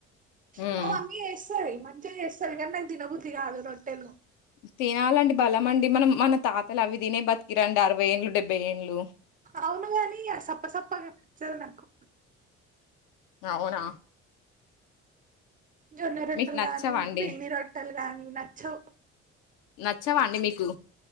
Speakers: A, on the left (about 75°); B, on the right (about 25°).
A: హ్మ్.
B: మ మమ్మీ చేస్తది మంచిగా చేస్తది గని నాకు తినబుద్ధి కాదు రోటేలు
A: తినాలండి బలం అండి మనం మన తాతలు అవి తినే బతికిరండి అరవై ఏండ్లు డెబ్బై ఏండ్లు
B: అవును గాని సప్పసప్పగా నచ్చదు నాకు
A: అవునా
B: జొన్న రొట్టలు
A: మీకు నచ్చవండి
B: గానీ పిండి రొట్టలు గని నచ్చావ్
A: నచ్చావా అండి మీకు